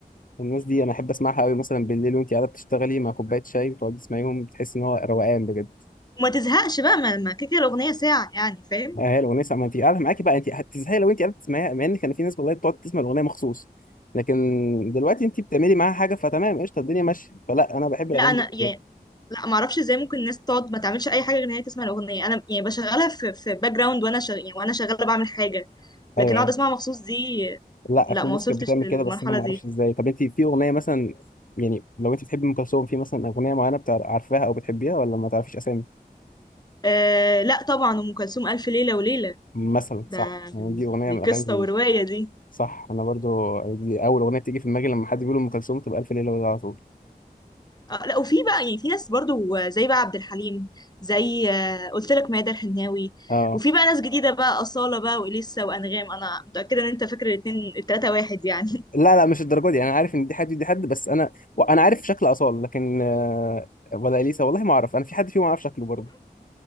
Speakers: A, on the left; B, on the left.
A: الناس دي انا احب اسمعها قوي مثلا بالليل وانت قاعده بتشتغلي مع كوبايه شاي وتقعدي تسمعيهم بتحس ان هو روقان بجد
B: وما تزهقش بقى ما ما كده كده الاغنيه ساعه يعني فاهم
A: آه، هي الاغنيه ساعة ما انت قاعده معاكي بقى انت هتزهقي لو انت قاعده تسمعيها مع ان كان في ناس والله بتقعد تسمع الاغنيه مخصوص لكن دلوقتي انت بتعملي معاها حاجه فتمام قشطه الدنيا ماشيه فلا انا بحب الاغاني
B: لا انا
A: دي
B: يعني
A: بجد.
B: لا ما اعرفش ازاي ممكن الناس تقعد ما تعملش اي حاجه غير ان هي تسمع الاغنيه انا يعني بشغلها في في باك جراوند وانا شغ... يعني وانا شغاله بعمل حاجه لكن
A: ايوه
B: اقعد
A: ايوه
B: اسمعها مخصوص دي
A: لا
B: لا
A: في
B: ما
A: ناس
B: وصلتش
A: كانت بتعمل
B: للمرحله
A: كده بس انا ما
B: دي
A: اعرفش ازاي طب انت في اغنيه مثلا يعني لو انت بتحبي ام كلثوم في مثلا اغنيه معينه بتع- عارفاها او بتحبيها ولا ما تعرفيش اسامي
B: أه لا طبعا ام كلثوم الف ليله وليله
A: مثلا
B: ده
A: صح يعني دي اغنيه
B: دي
A: من الاغاني
B: قصة ورواية
A: دي.
B: دي
A: صح انا برضو دي اول اغنيه بتيجي في دماغي لما حد بيقول ام كلثوم تبقى الف ليله وليله على طول
B: آه لا وفي بقى يعني في ناس برضو زي بقى عبد الحليم زي آه، قلت لك ميادة الحناوي
A: اه
B: وفي بقى ناس جديدة بقى أصالة بقى وإليسا وأنغام أنا متأكدة إن أنت فاكر الاتنين التلاتة واحد يعني <laughs>
A: لا لا مش الدرجه دي انا عارف ان دي حد دي حد بس انا انا عارف شكل اصال لكن آه، ولا اليسا والله ما اعرف انا في حد فيهم اعرف شكله برضو